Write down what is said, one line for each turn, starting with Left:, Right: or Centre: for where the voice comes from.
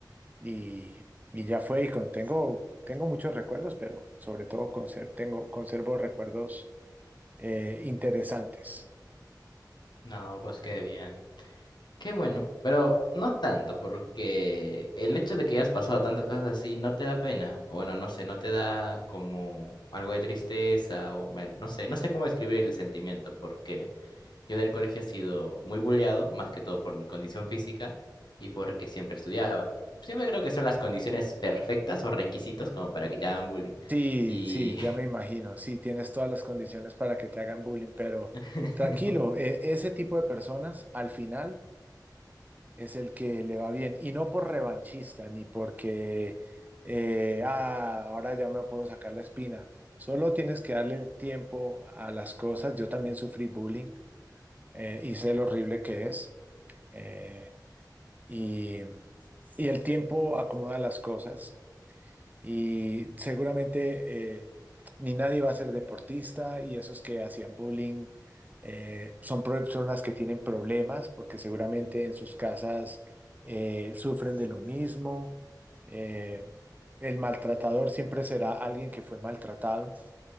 Right: y, y ya fue y con, tengo, tengo muchos recuerdos, pero sobre todo conser- tengo, conservo recuerdos eh, interesantes.
Left: No, pues qué bien. Qué bueno, pero no tanto, porque el hecho de que hayas pasado tantas cosas así no te da pena, o bueno, no sé, no te da como algo de tristeza, o me- no sé, no sé cómo describir el sentimiento, porque yo en el colegio he sido muy bulleado, más que todo por mi condición física y porque siempre estudiaba. Siempre creo que son las condiciones perfectas o requisitos como para que te hagan bullying.
Right: Sí,
Left: Y
Right: sí, ya me imagino. Sí, tienes todas las condiciones para que te hagan bullying, pero
Left: <laughs>
Right: tranquilo, e- ese tipo de personas al final es el que le va bien. Y no por revanchista, ni porque, eh, ah, ahora ya me puedo sacar la espina. Solo tienes que darle el tiempo a las cosas. Yo también sufrí bullying eh, y sé lo horrible que es. Eh, y, y el tiempo acomoda las cosas. Y seguramente eh, ni nadie va a ser deportista y esos que hacían bullying eh, son personas que tienen problemas porque seguramente en sus casas eh, sufren de lo mismo. Eh, el maltratador siempre será alguien que fue maltratado.